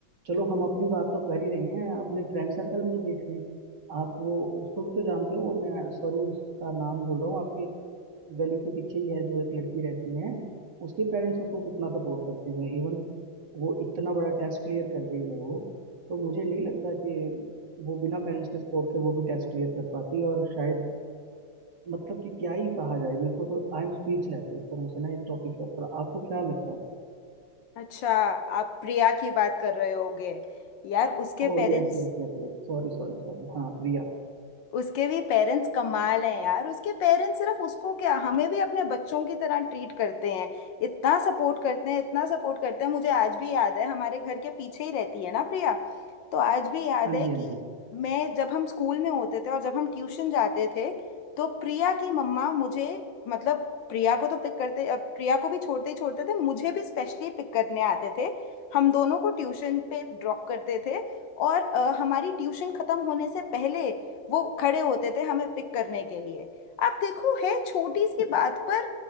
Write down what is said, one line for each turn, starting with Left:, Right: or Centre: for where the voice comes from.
Right: चलो हम अपनी बात तो कर ही रहे हैं अपने फ्रेंड सर्कल में ही देख लें आप वो उसको भी तो जानते हो वो मैं सॉरी उसका नाम भूल रहा हूँ आपके गली के पीछे ही है जो एक लड़की रहती है उसके पेरेंट्स उसको कितना सपोर्ट करते हैं इवन वो इतना बड़ा टेस्ट क्लियर कर गई है वो तो मुझे नहीं लगता कि वो बिना पेरेंट्स के सपोर्ट के वो भी टेस्ट क्लियर कर पाती और शायद मतलब कि क्या ही कहा जाए मेरे को तो आई एम स्पीचलेस एक तरह से ना इस टॉपिक के ऊपर आपको क्या लगता है
Left: अच्छा आप प्रिया की बात कर रहे होगे यार उसके
Right: Oh
Left: पेरेंट्स
Right: yes yes yes sorry sorry sorry हाँ प्रिया
Left: उसके भी पेरेंट्स कमाल हैं यार उसके पेरेंट्स सिर्फ उसको क्या हमें भी अपने बच्चों की तरह ट्रीट करते हैं इतना सपोर्ट करते हैं इतना सपोर्ट करते हैं मुझे आज भी याद है हमारे घर के पीछे ही रहती है ना प्रिया तो आज भी याद
Right: हाँ
Left: है
Right: जी
Left: कि
Right: हाँ जी
Left: मैं जब हम स्कूल में होते थे और जब हम ट्यूशन जाते थे तो प्रिया की मम्मा मुझे मतलब प्रिया को तो पिक करते अ, प्रिया को भी छोड़ते ही छोड़ते थे मुझे भी स्पेशली पिक करने आते थे हम दोनों को ट्यूशन पे ड्रॉप करते थे और अ, हमारी ट्यूशन खत्म होने से पहले वो खड़े होते थे हमें पिक करने के लिए आप देखो है छोटी सी बात पर